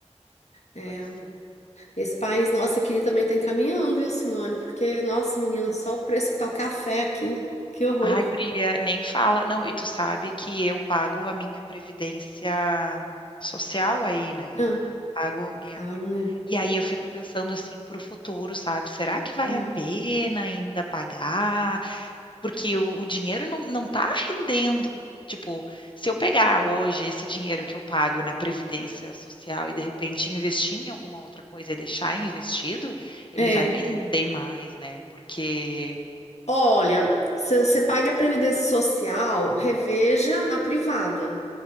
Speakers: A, on the left (about 70°); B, on the left (about 45°).
A: É,
B: Pois é.
A: esse país nosso aqui também tá encaminhando, viu, Simone? Porque, nossa, menina, só o preço que tá o café aqui. Que horror.
B: Ai, guria, nem fala. Não, e tu sabe que eu pago a minha previdência social aí, né?
A: Ah,
B: Pago minha.
A: caro, né?
B: E aí eu fico pensando assim pro futuro, sabe? Será que vale
A: Ah,
B: a pena ainda pagar? Porque o, o dinheiro não, não tá rendendo. Tipo, se eu pegar hoje esse dinheiro que eu pago na previdência social e de repente investir em alguma outra coisa e deixar investido, ele
A: É.
B: vai me render mais, né? Porque
A: Olha, se você paga a Previdência Social, reveja a privada.